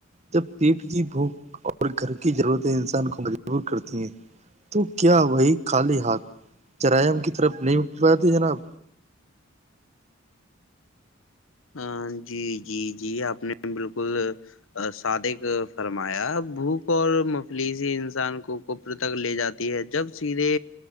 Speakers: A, on the right; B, on the left.
A: جب پیٹ کی بھوک اور گھر کی ضرورتیں انسان کو مجبور کرتی ہیں تو کیا وہی کالی ہاتھ جرائم کی طرف نہیں اٹھ پاتے جناب
B: ہاں جی جی جی آپ نے بالکل صادق فرمایا بھوک اور مفلیسیی انسان کو تک لے جاتی ہے جب سیدھے